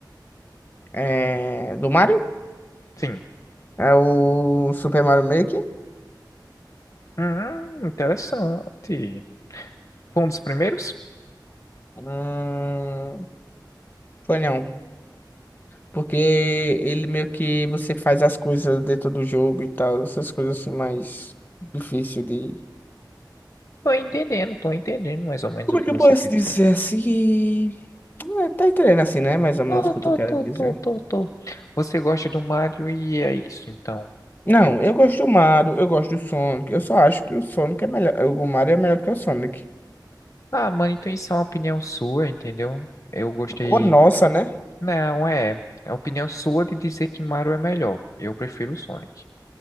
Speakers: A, on the left; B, on the left.
A: É... Do Mario?
B: Sim.
A: É o Super Mario Maker?
B: Hum, interessante. Foi um dos primeiros?
A: Hum... Foi não. Porque ele meio que você faz as coisas dentro do jogo e tal. Essas coisas assim mais difícil de...
B: Tô entendendo, tô entendendo mais ou menos
A: Como
B: o que
A: é que
B: você
A: eu posso
B: quer
A: dizer
B: dizer.
A: assim? É, tá entendendo assim, né? Mais ou menos
B: Tô,
A: o que
B: tô,
A: eu tô querendo
B: tô,
A: dizer.
B: tô, tô, tô. Você gosta do Mario e é isso, então.
A: Não,
B: Eu
A: eu gosto do Mario, eu gosto do Sonic. Eu só acho que o Sonic é melhor. O Mario é melhor que o Sonic.
B: Ah, mano, então isso é uma opinião sua, entendeu? Eu gostei.
A: Ô, nossa, né?
B: Não, é. É a opinião sua de dizer que Mario é melhor. Eu prefiro o Sonic.